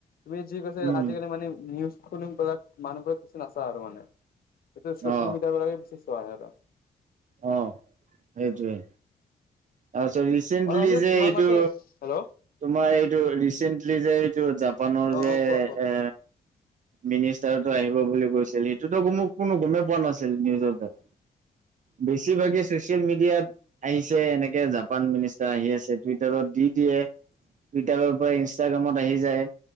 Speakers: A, on the left; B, on the right.
A: তুমি যি কৈছা
B: উম
A: আজিকালি মানে নিউজ <unintelligible> শুনি বিলাক মানুহবিলাক বেছি নাচায় আৰু মানে। সেইটো ছচিয়েল
B: অ
A: মিডিয়াবিলাকে বেছি চোৱা হয় আৰু।
B: অ', সেইটোৱে। তাৰপিছত ৰিচেন্টলি
A: অ
B: যে
A: তোমাৰ
B: এইটো,
A: মাতে হেল্ল' অ
B: তোমাৰ এইটো ৰিচেণ্ট লি যে এইটো জাপানৰ
A: অ
B: যে এ
A: কোৱা কোৱা কোৱা
B: মিনিষ্টাৰটো আহিব বুলি কৈছিল। সেইটোতো মোক কোনো গমেই পোৱা নাছিল, নিউজৰ দ্বাৰা। বেছিভাগে ছচিয়েল মিডিয়াত আহি ছে এনেকে জাপান মিনিষ্টাৰ আহি আছে, টুইটাৰত দি দিয়ে। টুইটাৰৰ পৰা ইনষ্টাগ্ৰামত আহি যায়।